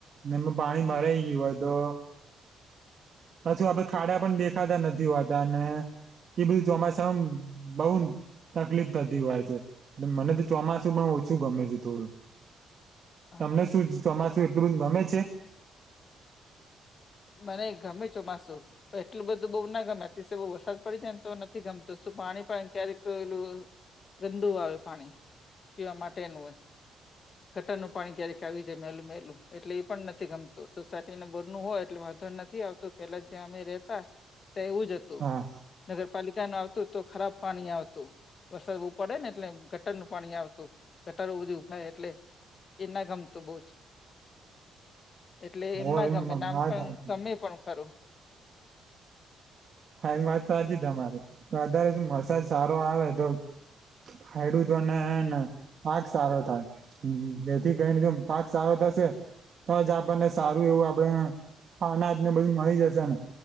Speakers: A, on the right; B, on the left.
A: ને પાણી
B: હમ
A: ભરાઈ ગયું હોય તો પાછું આપડે ખાડા પણ દેખાતા નથી હોતા ને એ બીધું ચોમાશા બઉન તકલીફ થતી હોય છે, મને તો ચોમાસું પણ ઓછું ગમે છે, થોડું
B: હા
A: તમને શું ચોમાસું એટલું ગમે છે?
B: મને ગમે ચોમાસું એલું બધું બો ના ગમે અતિશય વરસાદ પડી જાય ને તો નથી ગમતું શું પાણી પા ક્યારેકલું ગંદુ આવે પાણી પીવા માટેનું હોય ગટરનું પાણી ક્યારેક આવી જાય મેલું મેલું એટલે એ પણ નથી ગમતું સોસાયટી ને બોર નું હોય એટલે વાંધો નથી આવતું પેલા જ્યાં અમે રેહતા ત્યાં એવું જ હતું
A: હા
B: નગરપાલિકા ન આવતું તો ખરાબ પાણી આવતું. વરસાદ ઉપડે ને એટલે ગટરનું પાણી આવતું ગટરો બધું ઊભાય એટલે એ ના ગમતું બો જ એટલે એમ
A: હોય
B: ના ગમે ને આમ
A: વાત
B: પણ
A: સાચી
B: ગમે પણ હલો.
A: હા એ વાત સાચી તમારી. અતારે શ વરસાદ સારો આવે તો. ખેડૂતો અનેને પાક સારો થાય. હુ એથી ગઈને જો પાક સારો થશે. તો જ આપણને સારું એવું આપે. હા અનાજ ને બધું મળી જશે ને.